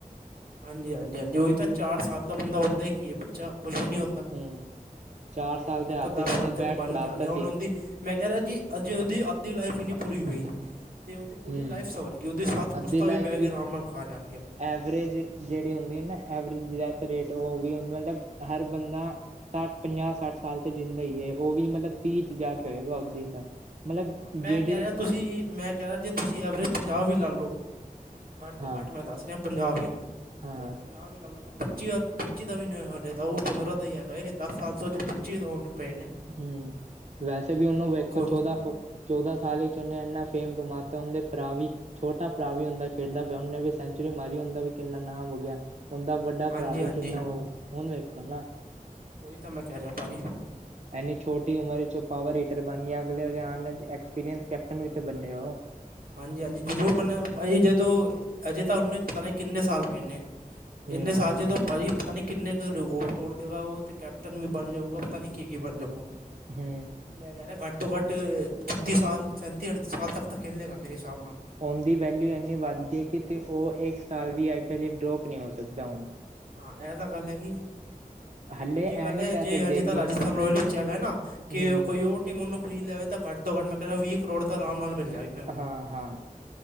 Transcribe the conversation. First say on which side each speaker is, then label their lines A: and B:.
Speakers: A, on the right (about 80°); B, on the right (about 50°).
A: ਹਾਂਜੀ-ਹਾਂਜੀ-ਹਾਂਜੀ ਓਈ ਤਾਂ ਚਾਰ ਸਾਲ ਦਾ ਬੰਦਾ ਹੁੰਦਾ ਈ ਕੀ ਐ ਬੱਚਾ ਕੁਛ ਵੀ ਨੀ ਹੁੰਦਾ। ਦਾ
B: ਹੂੰ ਚਾਰ
A: ਤੇ
B: ਸਾਲ
A: ਹੁਨ ਦੇਖੋ
B: ਦੇ ਹੱਥ
A: ਦਸ
B: 'ਚ ਉਹਨੂੰ
A: ਸਾਲ ਤੇ
B: ਬੈਟ
A: ਓ ਬਨ
B: ਫੜਾਤਾ
A: ਕੇ ਆ ਗਿਆ ਹੁਨ
B: ਸੀ
A: ਓਦੀ ਮੈਂ ਕੈ ਰਿਆ ਜੀ ਅਜੇ ਓਦੀ ਆਪਦੀ ਲਾਈਫ ਈ ਨਈਂ ਪੂਰੀ ਹੋਈ। ਤੇ ਓਦੀ ਪੂਰੀ
B: ਹੂੰ
A: ਲਾਈਫ ਸਵਰਗੀ ਓਦੀ ਸਾਥ
B: ਅੱਧੀ
A: ਪੁਸ਼ਤਾ ਵੀ
B: ਲਾਈਫ
A: ਬੈ ਕੇ ਆਰਾਮ ਨਾਲ ਖਾ ਜਾਨਗੀਆਂ।
B: ਐਵਰੇਜ ਜੇੜੀ ਹੁੰਦੀ ਐ ਨਾ ਐਵਰੇਜ ਦੀ ਡੈਥ ਰੇਟ ਓ ਵੀ ਮਤਲਬ ਹਰ ਬੰਦਾ ਸੱਠ ਪੰਜਾਹ ਸੱਠ ਸਾਲ ਤੇ ਜਿੰਦਾ ਈ ਐ ਓ ਵੀ ਮਤਲਬ ਤੀਹ ਚ ਜਾ ਕੇ ਹੋਏਗਾ ਓਦੀ ਮਤਲਬ
A: ਹਾਂ ਮੈਂ
B: ਜਿਹੜੇ
A: ਕੈ ਰਿਆ ਤੁਸੀਂ ਮੈਂ ਕੈ ਰਿਆ ਜੇ ਤੁਸੀਂ ਐਵਰੇਜ ਪੰਜਾਹ ਵੀ ਲਾ ਲੋ। ਘੱਟ ਤੋਂ
B: ਹਾਂ
A: ਘੱਟ ਮੈਂ ਦੱਸ ਰਿਆ ਪੰਜਾਬੀ
B: ਹਾਂ
A: ਤੇ ਪੰ ਪੰਜਾਹ ਵੀ ਲਾ ਲੋ ਤਾਂ ਪੱਚੀ-ਪੱਚੀ ਦਾ ਵੀ ਨਈਂ ਓ ਹਲੇ ਤਾਂ ਓ ਪੰਦਰਾਂ ਦਾ ਈ ਹੈਗਾ ਏ ਦਸ ਸਾਲ ਤੋਂ ਬਾਦ ਜੇ ਪੱਚੀ ਦਾ ਪਏ ਨੇ
B: ਹੂੰ ਵੈਸੇ ਵੀ ਓਨੂੰ ਵੇਖੋ
A: ਹੁਣ
B: ਚੌਦਾਂ
A: ਤੁਸੀਂ।
B: ਫ ਚੌਦਾਂ ਸਾਲ ਓਨੇ ਇੰਨਾ ਫੇਮ ਕਮਾਤਾ ਓਦੇ ਭਰਾ ਵੀ ਛੋਟਾ ਭਰਾ ਵੀ ਹੁੰਦਾ ਖੇਡਦਾ ਪਿਆ ਓਨੇ ਵੀ ਸੈਂਚੁਰੀ ਮਾਰੀ ਓਦਾ ਵੀ ਕਿੰਨਾ ਨਾਮ ਹੋ ਗਿਆ ਓਦਾ ਵੱਡਾ ਭਰਾ
A: ਹਾਂਜੀ
B: ਵੀ
A: ਹਾਂਜੀ
B: ਕਿੰਨਾ ਓ ਏ ਹੁਨ ਵੇਖੋ ਨਾ
A: ਓਈ ਤਾਂ ਮੈਂ ਕੈ ਰਿਆ ਭਾਜੀ।
B: ਐਨੀ ਛੋਟੀ ਉਮਰ ਵਿਚ ਓ ਪਾਵਰ ਹੀਟਰ ਬਣ ਗਿਆ ਅਗਲੇ ਅਲੇ ਆਣ ਐਕਸਪੀਰੀਅੰਸ ਕੈਪਟਨ ਵੀ ਤੇ ਬੰਨੇ ਓ।
A: ਹਾਂਜੀ-ਹਾਂਜੀ ਜ਼ਰੂਰ ਬਣਿਆ ਗਾ ਭਾਅ ਜੀ ਜਦੋਂ ਅਜੇ ਤਾਂ ਉਨੇ ਪਤਾ ਨੀ ਕਿੰਨੇ ਸਾਲ ਪਏ ਨੇ।
B: ਹੂੰ
A: ਏਨੇ ਸਾਲ ਚ ਤੋਂ ਭਾਅਜੀ ਪਤਾ ਨੀ ਕਿੰਨੇ ਕ ਰਿਗੋਵ ਤੋੜ ਦੇਗਾ ਓ ਤੇ ਕੈਪਟਨ ਵੀ ਬਣ ਜਾਊਗਾ ਪਤਾ ਨੀ ਕੀ-ਕੀ ਬਣ ਜਾਊਗਾ।
B: ਹੂੰ।
A: ਮੈਂ ਕੈ ਰਿਆ ਘੱਟ ਤੋਂ ਘੱਟ ਛੱਤੀ ਸਾਲ ਸੈਂਤੀ ਅਠੱਤੀ ਸਾਲ ਤੱਕ ਤਾਂ ਖੇਲੇੇਗਾ ਮੇਰੇ ਸ਼ਿਸਾਬ ਨਾਲ।
B: ਔਨ ਦੀ ਵੈਲਿਊ ਐੰਨੀ ਵੱਧ ਗੀਐ ਕਿਤੇ ਓ ਇੱਕ ਸਾਲ ਵੀ ਆਈ ਪੀ ਲਈ ਡਰੋਪ ਨੀ ਹੋ ਸਕਦਾ ਹੁਣ।
A: ਹਾਂ ਐ ਤਾਂ ਗੱਲ ਹੈਗੀ। ਤੇ
B: ਹਲੇ
A: ਦੂਜੀ
B: ਇਹ
A: ਗੱਲ
B: ਨਹੀਂ
A: ਐ
B: ਕਹਿ
A: ਜੇ
B: ਸਕਦੇ
A: ਅਜੇ ਤਾਂ
B: ਕਿ
A: ਰਾਜਸਥਾਨ ਰੋਇਲ ਵਿੱਚ ਹੈਗਾ ਨਾ ਕੇ
B: ਹੂੰ
A: ਕੋਈ ਓ ਟੀ ਮਨੂੰ ਫਰੀ ਲੈਵੇ ਤਾਂ ਘੱਟ ਤੋਂ ਘੱਟ ਮੈਂ ਕੈਦਾ ਵੀਹ ਕਰੋੜ ਤਾਂ ਆਰਾਮ ਨਾਲ ਮਿਲ ਜਾਏਗਾ ਉਨੂੰ
B: ਹਾਂ ਹਾਂ